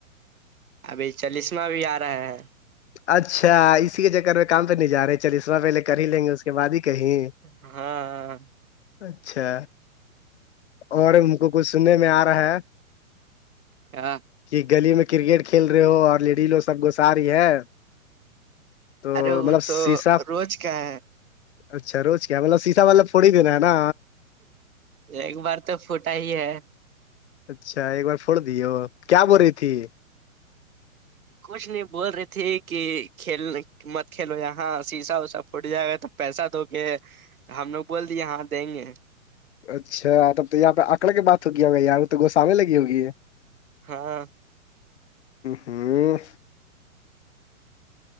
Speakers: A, on the right; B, on the left.
A: ابھی چالسما بھی آ رہا ہے
B: اچھا اسی کے چکر میں کام تو نہیں جا رہے تھ چلرا پہلے کر ہی لیں گے اس کے بعد ہی کہیں
A: ہاں
B: اچھا اور ان کو کچھ سننے میں آ رہا ہے
A: کیا
B: کہ گلی میں کرکٹ کھیل رہے ہو اور لیڈی لو سب گو ساری ہے تو
A: ارے وہ
B: مطلب شیشا
A: تو روز کیا ہے
B: اچھا روز کیا مطلب سیشا والطب تھوڑی دینا ہے نا
A: ایک بار تو فوٹا ہی ہے
B: اچھا ایک بار پھوڑ دی ہو کیا بول رہی تھی
A: کچھ نہیں بول رہی تھی کہ کھیل مت کھیلو یہاں شیسہ اسا پھوٹ جائے گا تو پیسہ دو گ ہم لوگ بول دیے ہاں دیں گے
B: اچھا تب تو یہاں پہ آنکڑے کے بات ہو گیا ہوگا یار تو گوسو میں لگی ہوگی یہ
A: ہاں
B: ہوں
A: پوو